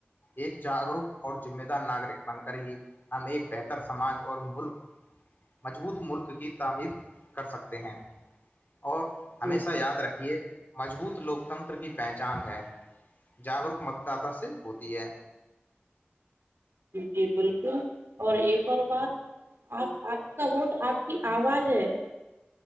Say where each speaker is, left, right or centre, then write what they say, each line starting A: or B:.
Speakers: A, on the left (about 50°); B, on the right (about 90°).
A: ایک جاگروک اور ذمہ دار ناگرک بن کر ہی ہم ایک بہتر سماج اور ملک مضبوط ملک کی تعمیر کر سکتے ہیں اور ہمیشہ
B: جی
A: یاد رکھیے مضبوط لوگ کتنتر کی پہچان ہے جاگروک متداتا سے ہوتی ہے
B: جی بالکل اور ایک اور بات آپ آپ کا ووٹ آپ کی آواز ہے